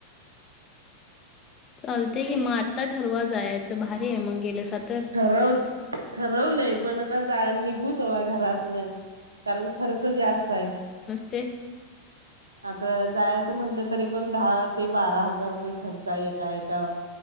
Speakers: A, on the left (about 25°); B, on the right (about 80°).
A: चालते की मग आता ठरवा जायचं भारी आहे मग गेल्या सात
B: ठरव ठरवलंय पण आता जा निघू तवा घरात न. कारण खर्च जास्त आहे.
A: ते
B: आता जायचं म्हटलं तरी पण दहा ते बारा हजार रुपये खर्च आहे. का एका